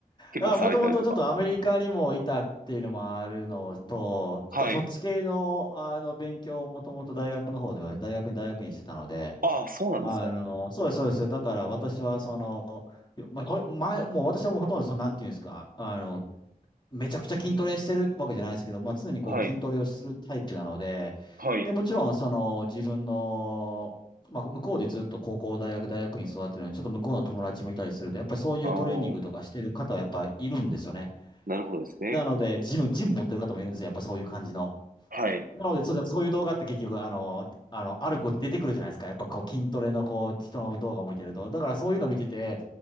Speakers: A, on the right; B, on the left.
A: 結構されたりとか。
B: あ、もともとちょっとアメリカにもいたっていうのもあるのと、
A: はい。
B: あとそっち系の、あの勉強をもともと大学の方では、大学に大学院してたので、
A: ああ、そうなんですか。
B: あの、そうです、そうです。だから私はその、まあ、これ前、もう私はもうほとんどその、なんていうんですか、あの、めちゃくちゃ筋トレしてるわけじゃないですけど、まあ、常にこう筋トレをするタイプなので、
A: はい。はい。
B: で、もちろん、その、自分の、まあ、向こうでずっと高校、大学、大学院育ってるので、ちょっと向こうの友達もいたりすると、やっぱりそういうトレーニングとかしてる方はやっぱいるんですよね。
A: ああ、なるほどですね。
B: なので、ジム、ジム持ってる方もいるんですよ。やっぱそういう感じの。
A: はい。
B: なので、ちょっとそういう動画って結局、あの、あの、ある子出てくるじゃないですか。やっぱこう筋トレのこう人の動画を見てると。だからそういうの見てて、